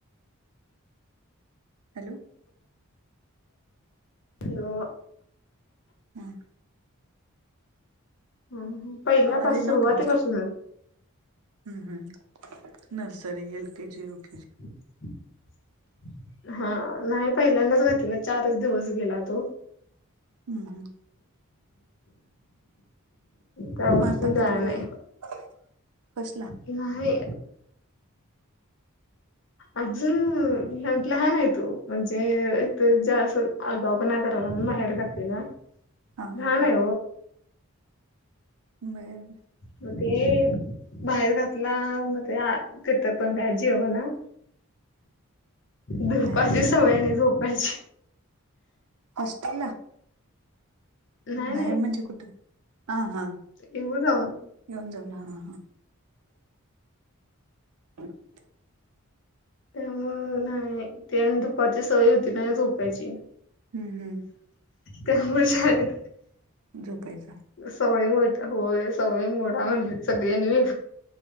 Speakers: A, on the right; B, on the left.
A: हॅलो
B: हॅलो
A: हम्
B: हुं पहिल्यापासुनच
A: आवाज येईना
B: सुरुवातीपासूनच
A: तुमचा. हम्म हम्म nursery L KG UKG
B: blank audio हा नाही पहिल्यांदाच घातलेला चारच दिवस गेला तो
A: हम् हम
B: त्यापासून
A: म आता
B: जाया
A: कितवीला
B: नाही
A: आहे कसला.
B: नाही. अजून लहान आहे तो म्हणजे जा आगाऊपणा करायला म्हणून बाहेर घातलेला ओ
A: हा
B: लहान
A: हा
B: आहे.
A: बर बर.
B: मग ते बाहेर घातला मग ते तथ पण काळजी हव ना. धुपाची
A: बाहेर म्हणजे
B: सवय नाही झोपायची.
A: हॉस्टेलला
B: नाही
A: बाहेर
B: नाही
A: म्हणजे कुठं हा हा.
B: हो जाऊ
A: येऊन जाऊ ना ह हा हां. Blank audio.
B: त्यावेळी नाही ते दुपारची सवय होती नाही झोपायची.
A: हम्म हम्
B: त्यामुळे शाळेत
A: झोपायचा.
B: सवय होती होय सवय मोडा म्हटलेट सगळ्यांनी